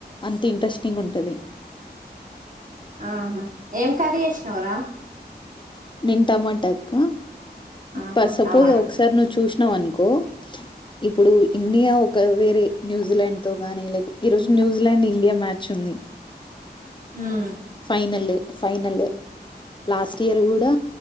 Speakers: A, on the left; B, on the right.
A: అంత ఇంట్రెస్టింగ్ ఉంటది
B: ఆహా ఏం కరీ ఏష్నవ్ రా
A: నేన్ టమాటక్క
B: ఆహా
A: పర్ సపోజ్
B: టమాటా
A: ఒకసారి నువ్వు చూ ష్ణ వన్కో ఇప్పుడు ఇండియా ఒక వేరే న్యూజిలాండ్ తో గాని లైక్ ఈ రోజు న్యూజిలాండ్ ఇండియా మ్యాచ్ ఉంది
B: మ్మ్
A: ఫైనల్ ఫైనల్ లాస్ట్ ఇయర్ డా